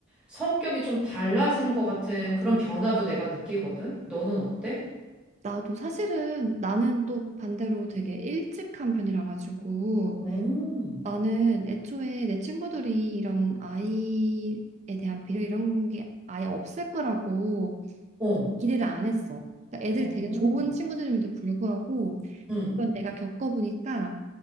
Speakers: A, in the centre; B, on the right.
A: 성격이 좀 달라지는 것 같은
B: 맞아.
A: 그런
B: 어,
A: 변화도 내가 느끼거든. 너는 어때?
B: 나도 사실은 나는 또 반대로 되게 일찍 한 편이라 가지고
A: 오,
B: 나는 애초에 내 친구들이 이런 아이에 대한 배려 이런 게 아예 없을 거라고
A: 어,
B: 기대를 안 했어. 그러니까 애들이
A: 어.
B: 되게 좋은 친구들임에도 불구하고
A: 응,
B: 그건 내가 겪어보니까